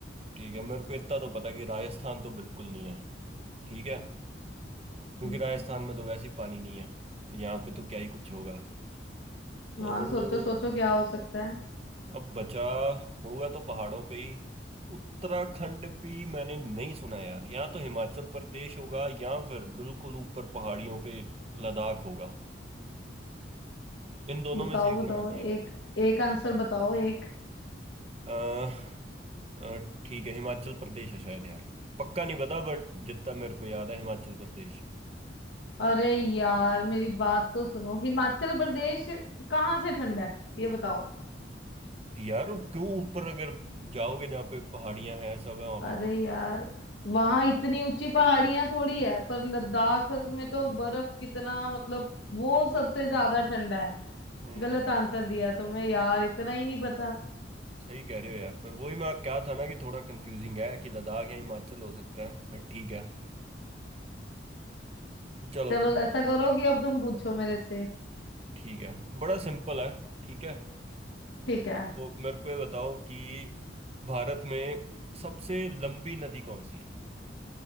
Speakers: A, on the right (about 35°); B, on the left (about 75°).
A: ठीक है मेरे को इतना तो पता है कि राजस्थान तो बिल्कुल नहीं है ठीक है क्योंकि
B: हम्म,
A: राजस्थान में तो वैसे ही पानी नहीं है तो यहाँ पे तो क्या ही कुछ होगा तो
B: हाँ सोचो सोचो क्या हो सकता है
A: अब बचा होगा तो पहाड़ों पे ही उत्तराखंड भी मैंने नहीं सुना यार यहाँ तो हिमाचल प्रदेश होगा या फिर बिल्कुल ऊपर पहाड़ियों पे लद्दाख होगा इन दोनों
B: बताओ
A: में से एक
B: बताओ
A: होना
B: एक एक आंसर बताओ एक
A: चाहिए अ, ठीक है हिमाचल प्रदेश है शायद यार पक्का नहीं पता बट जितना मेरे को याद है हिमाचल प्रदेश
B: अरे यार मेरी बात तो सुनो हिमाचल प्रदेश कहाँ से ठंडा है ये बताओ
A: यार क्यों ऊपर अगर जाओगे जहाँ पे पहाड़ियां हैं सब है वहां पे
B: अरे
A: बहुत
B: यार वहां इतनी ऊंची पहाड़ियां थोड़ी है पर लद्दाख में तो बर्फ कितना मतलब वो सबसे ज्यादा ठंडा है
A: हम्म
B: गलत आंसर दिया तुम्हें यार इतना ही नहीं पता
A: सही कह रहे हो यार फिर वही मैं क्या था ना कि थोड़ा कंफ्यूजिंग है कि लद्दाख या हिमाचल हो सकता है पर ठीक है चलो
B: चलो ऐसा करो कि अब तुम पूछो मेरे से
A: ठीक है बड़ा सिंपल है ठीक है
B: ठीक है
A: तो मेरे को ये बताओ कि भारत में सबसे लंबी नदी कौन सी है